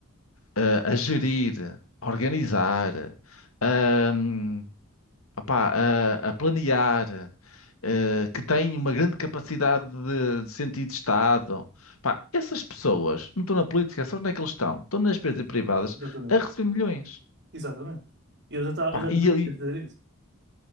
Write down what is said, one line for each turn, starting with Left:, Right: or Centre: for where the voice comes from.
Left: eh, a gerir, a organizar, ahm, opá, a, a planear, eh, que tem uma grande capacidade de, de sentido de Estado, pá, essas pessoas não estão na política, só onde é que eles estão? Estão nas empresas privadas
Right: Exatamente.
Left: a receber milhões.
Right: Exatamente. E eu já estava,
Left: Pá,
Right: já
Left: e,
Right: devia
Left: ele
Right: dizer isso.